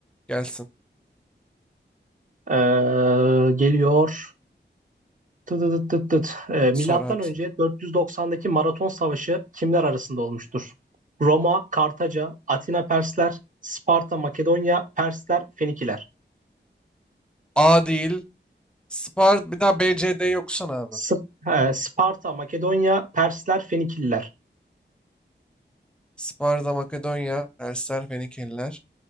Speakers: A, in the centre; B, on the right.
A: Gelsin.
B: Ee, geliyor. Tı tı tı tı tı. Ee,
A: Sor
B: milattan
A: abi.
B: önce 490'daki Maraton Savaşı kimler arasında olmuştur? Roma, Kartaca, Atina Persler, Sparta, Makedonya, Persler, Fenikiler.
A: A değil. Spar bir daha B, C, D'yi okusana abi.
B: Sp- e, Sparta, Makedonya, Persler, Fenikililer.
A: Sparta, Makedonya, Persler, Fenikeliler.